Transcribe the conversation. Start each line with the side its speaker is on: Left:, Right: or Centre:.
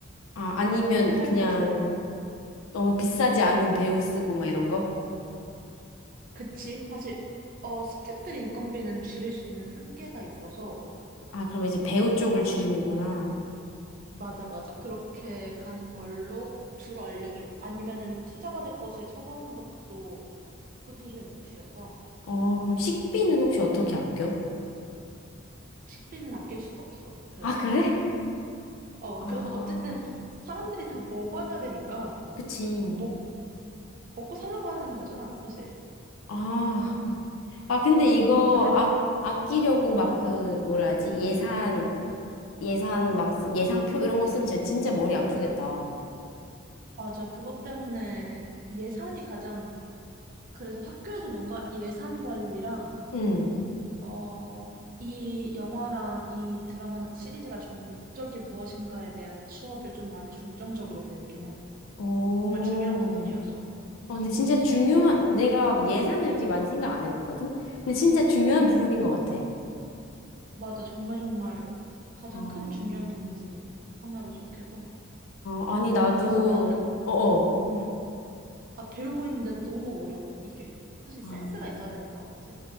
Left: 아, 아니면
Right: 투자할
Left: 그냥
Right: 곳을, 음.
Left: 너무 비싸지 않은 배우 쓰고 막 이런 거?
Right: 그치? 사실, 어, 스태프들 인건비는 줄일 수 있는 한계가 있어서,
Left: 아, 그러면 이제 배우 쪽을
Right: 어,
Left: 줄이는구나.
Right: 맞아, 맞아. 그렇게 가는 걸로 주로 알려줘. 아니면은 투자받을 곳을 찾아오는 것도 프로듀서의 몫이어서
Left: 어, 그럼 식비는 혹시 어떻게 아껴?
Right: 식비는 아낄 수가 없어. 그래서.
Left: 아, 그래?
Right: 어,
Left: 아,
Right: 그래서 어쨌든 사람들이 다 먹어야 되니까
Left: 그치.
Right: 먹, 먹고 살라고 하는 거잖아, 사실.
Left: 아, 아, 근데
Right: 그래서
Left: 이거
Right: 뭔가 간,
Left: 아, 아끼려고 막
Right: 어,
Left: 그, 뭐라 하지? 예산 예산 막, 쓰- 예상표 이런 거 쓰면 진짜, 진짜 머리 아프겠다.
Right: 맞아. 그것 때문에 예산이 가장, 그래서 학교에서 뭔가 예산 관리랑
Left: 응.
Right: 어, 이 영화랑 이 드라마나 시리즈가 주는 목적이 무엇인가에 대한 수업을 좀 많이 중점적으로 배우긴 해.
Left: 오,
Right: 정말 중요한 부분이어서.
Left: 어, 근데 진짜
Right: 음,
Left: 중요한, 내가 예산을 이렇게 많이 생각 안 해봤거든? 근데 진짜 중요한
Right: 음,
Left: 부분인 것 같아.
Right: 맞아. 정말 정말 가장
Left: 아, 어,
Right: 큰 중요한 부분 중에 하나로 속해서.
Left: 아니, 나도,
Right: 그래서 나는,
Left: 어어.
Right: 음, 아, 배우고 있는데 너무 어려워, 이게. 사실
Left: 아,
Right: 센스가 있어야 되는 것 같아.